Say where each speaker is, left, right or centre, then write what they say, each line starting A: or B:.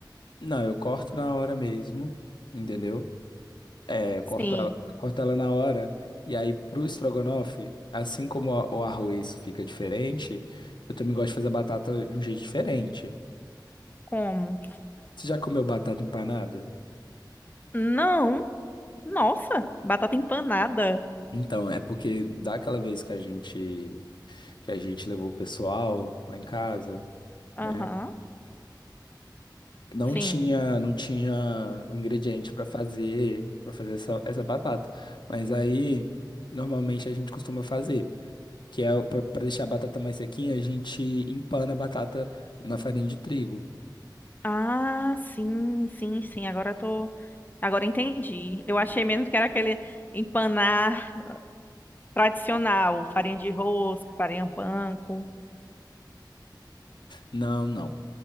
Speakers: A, on the left; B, on the left.
A: não, eu corto na hora mesmo, entendeu? É, eu
B: Sim.
A: corto ela, corto ela na hora. E aí, pro estrogonofe, assim como a- o arroz fica diferente, eu também gosto de fazer a batata de um jeito diferente.
B: Como?
A: Você já comeu batata empanada?
B: Não, nossa, batata empanada.
A: Então, é porque daquela vez que a gente que a gente levou o pessoal lá em casa,
B: Aham,
A: né? Não
B: sim.
A: tinha não tinha o ingrediente para fazer para fazer essa, essa batata. Mas aí, normalmente a gente costuma fazer. que é para deixar a batata mais sequinha, a gente empana a batata na farinha de trigo.
B: Ah, sim, sim, sim. Agora eu tô, agora entendi. Eu achei mesmo que era aquele empanar tradicional, farinha de rosca, farinha panko.
A: Não, não.